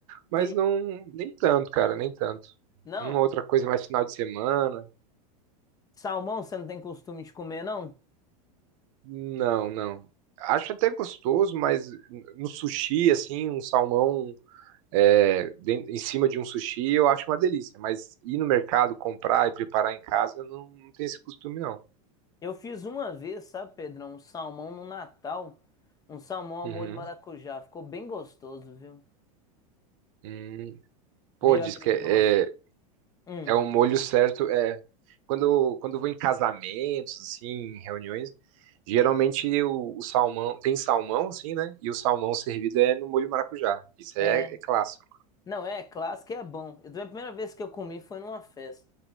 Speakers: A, on the right (about 60°); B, on the left (about 20°).
A: Mas
B: Sim.
A: não, nem tanto, cara, nem tanto.
B: Não,
A: Uma outra coisa mais final de semana.
B: salmão você não tem costume de comer, não?
A: Não, não. Acho até gostoso, mas no sushi, assim, um salmão é, em cima de um sushi, eu acho uma delícia. Mas ir no mercado, comprar e preparar em casa, não, não tem esse costume, não.
B: Eu fiz uma vez, sabe, Pedrão? Um salmão no Natal. Um salmão ao
A: Uhum.
B: molho maracujá. Ficou bem gostoso, viu?
A: Hum. Pô,
B: Meio
A: diz
B: agridoce.
A: que é, é
B: Hum.
A: é um molho certo. É, quando, quando eu vou em casamentos, assim, em reuniões, geralmente o, o salmão, tem salmão, assim, né? E o salmão servido é no molho maracujá. Isso
B: É.
A: aí é, é clássico.
B: Não, é clássico e é bom. Eu, a primeira vez que eu comi foi numa festa.